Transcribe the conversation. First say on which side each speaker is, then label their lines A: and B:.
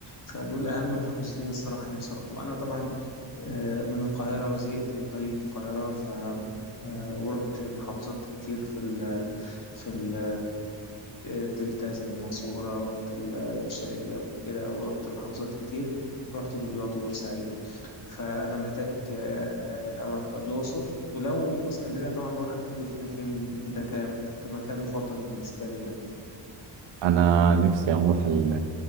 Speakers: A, on the left; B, on the right.
A: فدول أهم محافظتين الصراحة نفسي أروحهم أنا طبعا آه، من القاهرة وزهقت من طريق القاهرة ف آه، ورحت محافظات كتير في في ال- الدلتا زي المنصورة ورحت ال- الشرقية قبل كده ورحت محافظات كتير رحت دمياط وبورسعيد فأنا محتاج آه، أروح الأقصر ولو اسكندرية طبعا بروح كل فين وفين ده كمكان مفضل بالنسبة لي يعني
B: انا نفسي اروح ال-